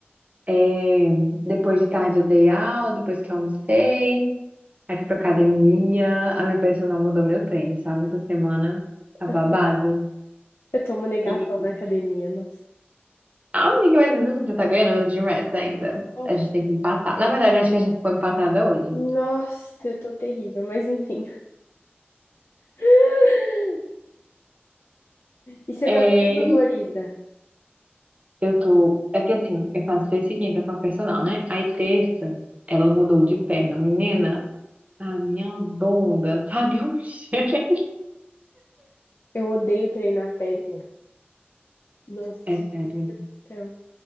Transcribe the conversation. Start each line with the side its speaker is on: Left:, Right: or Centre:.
Right: É, depois de tarde eu dei aula, depois que eu almocei. Aí fui pra academia. A minha personal mudou meu treino, sabe? Essa semana tá babado.
Left: <laughs> Eu tomo negação
Right: E,
Left: na academia, nossa.
Right: ah, amiga, mas às vezes você tá ganhando de Rats ainda.
Left: Nossa,
Right: A gente tem que empatar. Na verdade, eu acho que a gente foi empatada hoje.
Left: Nossa, eu tô terrível, mas enfim. <laughs> E você
Right: É.
Left: tá toda dolorida.
Right: Eu tô. É que assim, eu faço terça e quinta com a personal, né? Aí terça, ela mudou de perna. Menina, a minha bunda <laughs> tá de um jeito.
Left: Eu odeio treinar a perna. Nossa,
Right: É sério.
Left: meu Deus do céu.